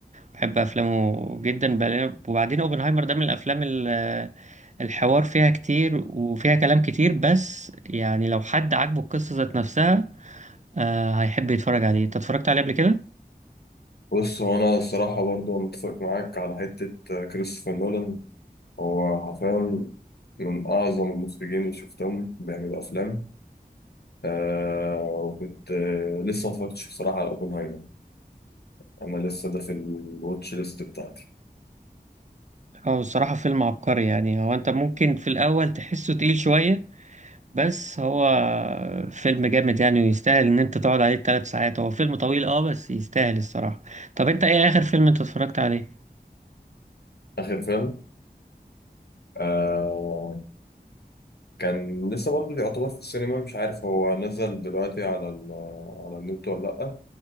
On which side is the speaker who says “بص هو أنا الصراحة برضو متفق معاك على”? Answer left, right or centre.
Left